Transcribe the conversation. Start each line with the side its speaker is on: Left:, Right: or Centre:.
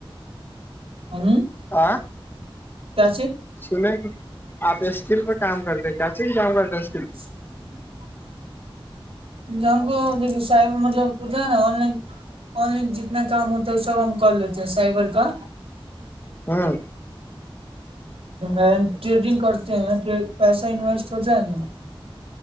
Right: ہ <unintelligible>
Left: آ
Right: کیاچی <unintelligible> <unintelligible>
Left: سنیں کہ آپ اسکل پہ کام کرتے چچی بھی کام کرتے ہیں اسکل پ
Right: ہی <unintelligible> <inaudible> ج ہم کو د صاحب مطلب اتنا ہے نا آن لائن آن لائن جتنا کام ہوتا ہے وہ سب ہم کر لیتے ہیں سائبر کا
Left: ہاں
Right: ہ ٹریڈنگ کرتے ہیں نا پیسہ انویسٹ ہوتا ہے نا